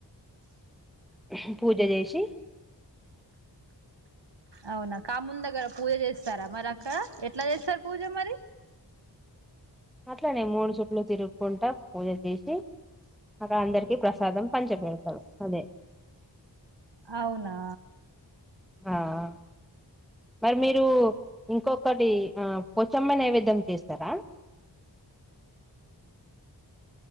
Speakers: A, in the centre; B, on the right.
A: ఉహ్మ్ పూజ చేసి
B: అవునా కామున్ దగ్గర పూజ చేస్తారా మరి అక్కడ ఎట్ ఇట్ల చేస్తారు పూజ మరి
A: అట్లనే మూడు చుట్లు తిరుగుకుంటా పూజ చేసి, అక్కడ అందరికి ప్రసాదం పంచి పెడతారు. అదే
B: అవునా
A: ఆహ మరి మీరు ఇంకొకటి, పోచమ్మ నైవిధ్యం చేస్తారా